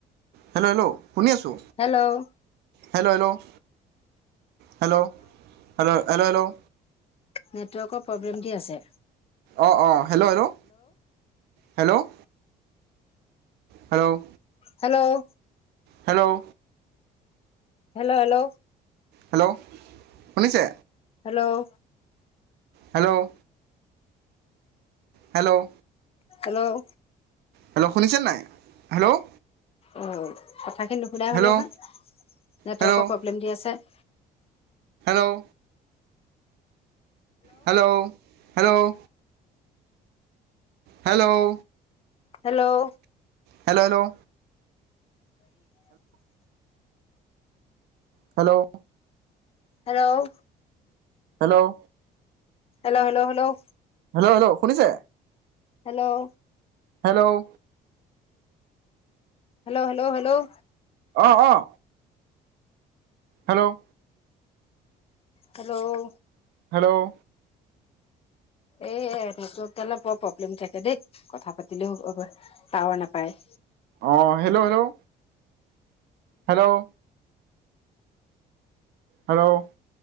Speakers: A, on the right; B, on the left.
A: হেল্ল' হেল্ল' শুনি আছোঁ
B: hello
A: hello hello hello hello hello hello
B: network আকৌ প্ৰব্লেম দি আছে।
A: অ অ hello hello hello hello
B: hello
A: hello
B: hello hello
A: hello শুনিছে
B: hello
A: hello hello
B: hello
A: hello শুনিছে নাই হেল্ল'
B: অহ কথাখিনি নুশুনাই
A: হেল্ল'
B: হ'ল নহয় নেটৱৰ্কৰ
A: হেল্ল'
B: প্ৰব্লেম দি আছে উ
A: hello hello hello hello
B: hello
A: hello hello
B: <inaudible>
A: hello
B: hello
A: hello
B: hello hello hello
A: hello শুনিছে
B: hello
A: hello
B: hello hello hello
A: অঁ অঁ হেল্ল'
B: হেল্ল'
A: হেল্ল'
B: এ নেৰ্তৱকডালে বৰ প্ৰব্লেম দি থাকে দেই কথা পাতিলেও টাৱাৰ নাপায়
A: অ হেল্ল' হেল্ল' হেল্ল' হেল্ল'